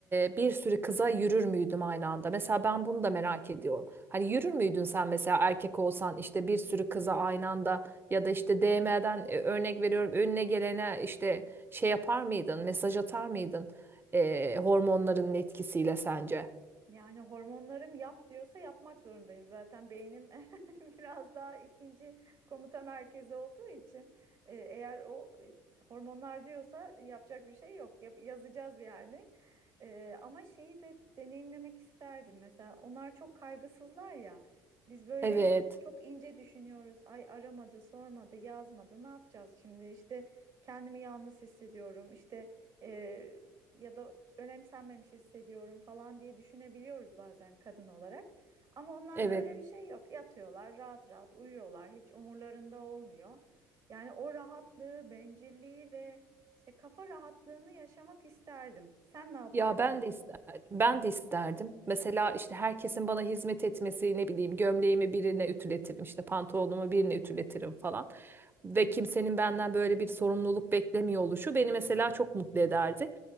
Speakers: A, on the right; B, on the right.
A: e, bir sürü kıza yürür müydüm aynı anda? Mesela ben bunu da merak ediyorum. Hani yürür müydün sen mesela erkek olsan işte bir sürü kıza aynı anda ya da işte DM'den e, örnek veriyorum önüne gelene işte şey yapar mıydın? Mesaj atar mıydın? E, hormonların etkisiyle sence?
B: Yani hormonlarım yap diyorsa yapmak zorundayım. Zaten beynim <laughs> biraz daha ikinci komuta merkezi olduğu için e, eğer o e, hormonlar diyorsa yapacak bir şey yok. Yap- yazacağız yani. E, ama şeyi de deneyimlemek isterdim. Mesela onlar çok kaygısızlar ya. Biz böyle
A: Evet.
B: çok ince düşünüyoruz. Ay aramadı, sormadı, yazmadı. Ne yapacağız şimdi? İşte kendimi yalnız hissediyorum. İşte e, ya da önemsenmemiş hissediyorum falan diye düşünebiliyoruz bazen kadın olarak. Ama onlarda
A: Evet.
B: öyle bir şey yok. Yatıyorlar, rahat rahat uyuyorlar. Hiç umurlarında olmuyor. Yani o rahatlığı, bencilliği ve işte kafa rahatlığını yaşamak isterdim. Sen ne yapardın?
A: Ya ben de isterdim. Ben de isterdim. Mesela işte herkesin bana hizmet etmesi, ne bileyim, gömleğimi birine ütületirim, işte pantolonumu birine ütületirim falan. Ve kimsenin benden böyle bir sorumluluk beklemiyor oluşu beni mesela çok mutlu ederdi.